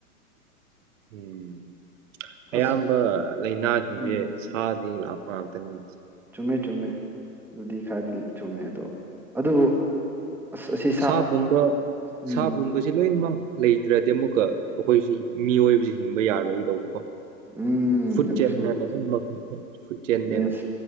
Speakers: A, on the right; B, in the centre.
A: ꯎꯝ ꯑꯌꯥꯝꯕ
B: ꯑꯁ
A: ꯂꯩꯏꯅꯥ ꯏꯍꯦ
B: ꯎꯝ
A: ꯁꯥꯠ ꯃꯤ ꯂꯥꯛꯄ ꯉꯥꯛꯇꯅꯤꯅꯦ
B: ꯆꯨꯝꯃꯦ ꯆꯨꯝꯃꯦ ꯑꯗꯨꯗꯤ ꯈꯔꯗꯤ ꯆꯨꯝꯃꯦ ꯑꯗꯣ ꯑꯗꯨꯕꯨ ꯑꯁ ꯑꯁꯤ
A: ꯁꯥ ꯄꯨꯝꯕ
B: ꯎꯝ
A: ꯁꯥ ꯄꯨꯝꯕꯁꯦ ꯂꯣꯏꯅꯃꯛ ꯂꯩꯇ꯭ꯔꯗꯤ ꯑꯃꯨꯛꯀ ꯑꯩꯈꯣꯏꯁꯤ ꯃꯤꯑꯣꯏꯕꯁꯤ ꯍꯤꯡꯕ ꯌꯥꯔꯣꯏꯒꯗꯧꯕꯀꯣ
B: ꯎꯝ
A: ꯐꯨꯗ
B: ꯑꯗꯨꯁꯨ
A: ꯆꯦꯟꯅꯦꯕ ꯂꯣꯏꯅꯃꯛ ꯐꯨꯗ ꯆꯦꯟꯅꯦꯕ
B: ꯌꯦꯁ